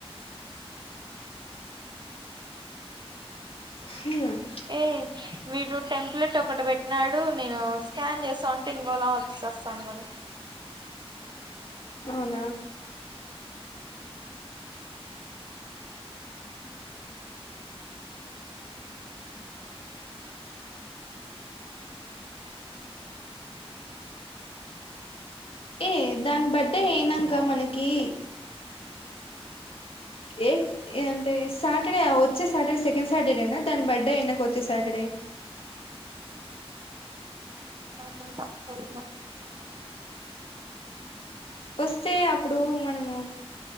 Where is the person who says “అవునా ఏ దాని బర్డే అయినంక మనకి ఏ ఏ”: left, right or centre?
Left